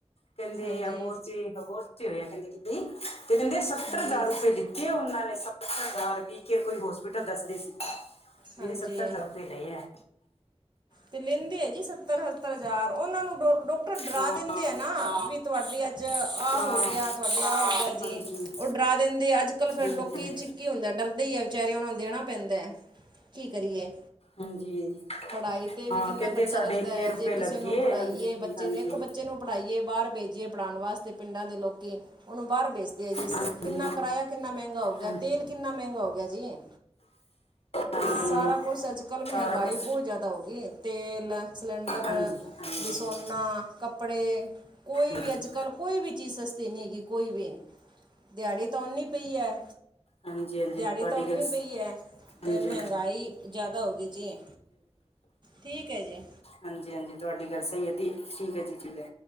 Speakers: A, on the left; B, on the right.
A: ਕਹਿੰਦੇ
B: ਹਾਂਜੀ
A: ਅ <unintelligible> ਹੋਇਆ ਕੈਂਦੇ ਕਿਤੇ ਕੈਂਦੇ ਸੱਤਰ
B: ਹਾਂਜੀ
A: ਹਜ਼ਾਰ ਰੁਪਏ ਦਿੱਤੇ ਉਹਨਾਂ ਨੇ ਸੱ <unintelligible> ਕੇਅਰ ਕੋਈ ਹੋਸਪਿਟਲ ਦੱਸਦੇ ਸੀ।
B: ਹਾਂਜੀ
A: ਸੱਤਰ ਹਜ਼ਾਰ ਰੁਪਏ ਲਏ ਐ।
B: ਤੇ ਲੈਂਦੇ ਆ ਜੀ ਸੱਤਰ-ਸੱਤਰ ਹਜ਼ਾਰ, ਉਹਨਾ ਨੂੰ ਡੋਕਟਰ ਡਰਾ
A: ਹਾਂ
B: ਦਿੰਦੇ ਆ ਨਾ ਵੀ ਤੁਆਡੀ ਅੱਜ ਆਹ
A: ਹਾਂ
B: ਹੋ ਗਿਆ ਤੁਆਡੇ ਆਹ ਹੋ ਗਿਆ ਜੇ,
A: ਹਾਂਜੀ
B: ਉਹ ਡਰਾ ਦਿੰਦੇ ਅੱਜ ਕੱਲ ਫੇਰ
A: ਹਾਂਜੀ
B: ਲੋਕੀ ਚ ਕੀ ਹੁੰਦਾ ਡਰਦੇ ਈ‌ ਐ ਵਿਚਾਰੇ ਉਹਨਾਂ ਨੂੰ ਦੇਣਾ ਪੈਂਦਾ, ਕੀ ਕਰੀਏ?
A: ਹਾਂਜੀ,
B: ਪੜ੍ਹਾਈ ਤੇ ਵੀ
A: ਹਾਂ
B: ਕਿੰਨਾ
A: ਕੈਂਦੇ
B: ਖਰਚਾ
A: ਸਾਡੇ
B: ਲੱਗਦਾ
A: ਇੰਨੇ
B: ਹੈ
A: ਰੁਪਏ
B: ਜੇ ਕਿਸੇ
A: ਲੱਗਏ,
B: ਨੂੰ ਪੜ੍ਹਾਈਏ
A: ਹਾਂਜੀ-ਹਾਂਜੀ।
B: ਬੱਚੇ ਨੂੰ ਇੱਕ ਬੱਚੇ ਨੂੰ ਪੜਾਈਏ ਬਾਹਰ ਭੇਜੀਏ ਪੜਾਣ ਵਾਸਤੇ ਪਿੰਡਾਂ ਦੇ ਲੋਕੀ ਉਹਨੂੰ ਬਾਹਰ ਭੇਜ ਜੀ
A: ਹਾਂਜੀ
B: ਕਿੰਨਾ ਕਿਰਾਇਆ ਕਿੰਨਾ ਮਹਿੰਗਾ ਹੋ ਗਿਆ,
A: ਹਾਂ
B: ਤੇਲ ਕਿੰਨਾ ਮਹਿੰਗਾ ਹੋ ਗਿਆ ਜੀ।
A: ਹਾਂਜੀ
B: ਸਾਰਾ ਕੁਛ ਅੱਜ-ਕੱਲ ਮਹਿੰਗਾਈ
A: ਸਾਰਾ ਕੁਛ
B: ਬੌਤ ਜੈਦਾ ਹੋ ਗਈ ਤੇਲ ਸਲੰਡਰ,
A: ਹਾਂਜੀ ਹਾਂਜੀ
B: ਬਈ ਸੋਨਾ, ਕੱਪੜੇ ਕੋਈ
A: ਹਾਂਜੀ
B: ਵੀ ਅੱਜ-ਕੱਲ ਕੋਈ ਵੀ ਚੀਜ਼ ਸਸਤੀ ਨਈ ਐਗੀ। ਕੋਈ ਵੀ ਦਿਹਾੜੀ ਤਾਂ ਓਨੀ ਪਈ ਐ।
A: ਹਾਂਜੀ ਹਾਂਜੀ
B: ਦਿਹਾੜੀ
A: ਤੁਹਾਡੀ
B: ਤਾਂ ਓਨੀ
A: ਗੱਲ ਸ-
B: ਪਈ ਐ।
A: ਹਾਂਜੀ
B: ਤੇ ਮਹਿੰਗਾਈ ਜੈਦਾ ਹੋ ਗਈ ਜੀ, ਠੀਕ ਐ ਜੀ।
A: ਹਾਂਜੀ-ਹਾਂਜੀ, ਤੁਆਡੀ ਗੱਲ ਸਈ ਐ ਦੀ ਠੀਕ ਐ ਜੀ ਠੀਕ ਐ।